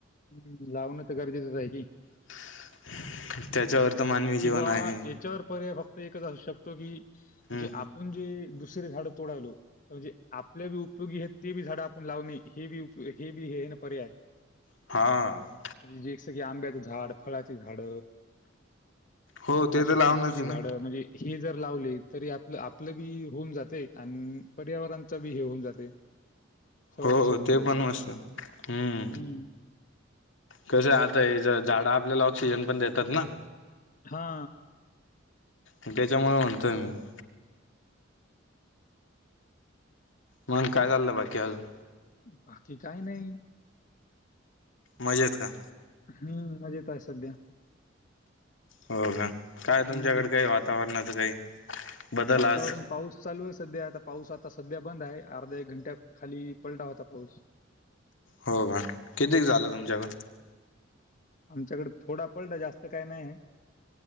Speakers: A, on the left; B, on the left.
A: हम्म लावणं तर गरजेचंच आहे की.
B: <inaudible> त्याच्यावर त मानवी जीवन
A: कि बा
B: आहे
A: याच्यावर पर्याय फक्त एकच असू शकतो की,
B: हम्म
A: म्हणजे आपण जे दुसरे झााडं तोडायलो? म्हणजे आपल्या बी उपयोगी आहेत, ते बी झाडं आपण लावणे हे बी उप हे बी हे ना पर्याय <inaudible>
B: हा,
A: म्हणजे जेस की आंब्याचं झाड, फळाची झाड
B: हो ते
A: अशी
B: तर लावणच
A: चिककूची
B: आहे
A: झाडं
B: ना
A: म्हणजे हे जर लावले तरी आपलं आपलं बी होऊन जाते, आणि पर्यावरणच बी हे होऊन जाते. संरक्षण
B: हो, हो
A: होऊन
B: ते
A: जाते.
B: पण मस्त हम्म
A: हं.
B: कसं आता हे ज झाडं आपल्याला ऑक्सिजन पण देतात ना.
A: हा,
B: म त्याच्यामुळे म्हणतोय मी. मगं काय चाललं बाकी अजून?
A: बाकी काय नाही.
B: मजेत का?
A: हम्म, मजेत आहे सध्या.
B: हो, का. काय तुमच्याकडे,
A: हं.
B: काही वातावरणाचं काही. बदल
A: वातावरण.
B: आज
A: पाऊस चालू आहे सध्या. आता पाऊस आता सध्या बंद आहे. अर्धा, एक घंट्या खाली पडला होता पाऊस.
B: हो, का. किती झालं
A: हम्म
B: तुमच्याकड?
A: आमच्याकडे थोडा पडला जास्त काही नाही,